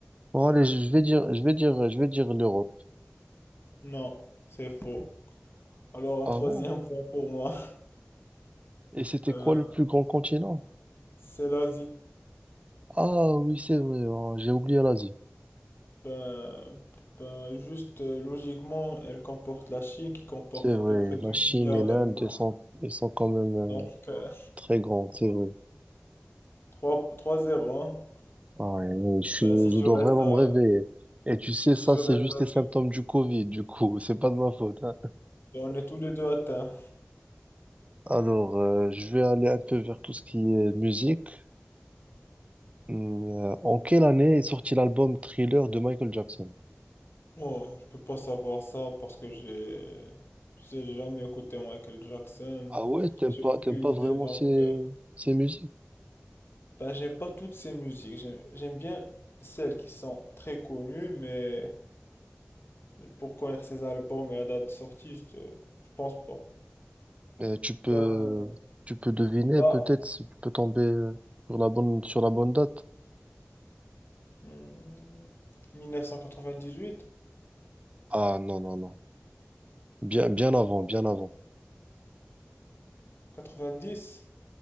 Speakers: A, on the right; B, on the left.
A: Bon allez, je vais dire je vais dire je vais dire l'Europe
B: Non, c'est faux. Alors,
A: avant.
B: un troisième point pour moi. <laughs>
A: Et c'était
B: Ben,
A: quoi le plus grand continent?
B: c'est l'Asie.
A: Ah oui, c'est vrai, oh, j'ai oublié l'Asie.
B: Ben, ben, juste euh, logiquement, elle comporte la Chine qui comporte
A: C'est
B: à
A: vrai,
B: peu près 2
A: la Chine
B: milliards
A: et l'Inde,
B: d'habitants.
A: elles sont, elles sont quand même euh,
B: Donc, euh,
A: très grandes, c'est vrai.
B: trois zéro hein.
A: Ah, et je,
B: Ben, si
A: je
B: tu
A: dois
B: restes
A: vraiment
B: à,
A: me réveiller. Et tu sais,
B: si
A: ça,
B: tu
A: c'est
B: restes
A: juste
B: à
A: les
B: zéro,
A: symptômes du Covid, du coup, <laughs> c'est pas de ma faute. hein.
B: ben, on est tous les deux atteints.
A: Alors, euh, je vais aller un peu vers tout ce qui est musique. Hum, euh, en quelle année est sorti l'album Thriller de Michael Jackson?
B: Ouais, je peux pas savoir ça parce que j'ai j'ai jamais écouté Michael Jackson.
A: Ah ouais, t'aimes
B: J'ai
A: pas,
B: aucune
A: t'aimes pas
B: <laughs> idée
A: vraiment
B: donc
A: ces,
B: euh,
A: ces musiques.
B: ben j'aime pas toutes ces musiques. J'aime j'aime bien celles qui sont très connues mais pour connaître ses albums et la date de sortie, je, je pense pas.
A: Euh, tu peux,
B: Ben
A: tu peux deviner,
B: là
A: peut-être, si tu peux tomber euh, sur la bonne, sur la bonne date.
B: hmm, 1998,
A: Ah non, non, non. Bien, bien
B: dommage.
A: avant, bien avant.
B: 90,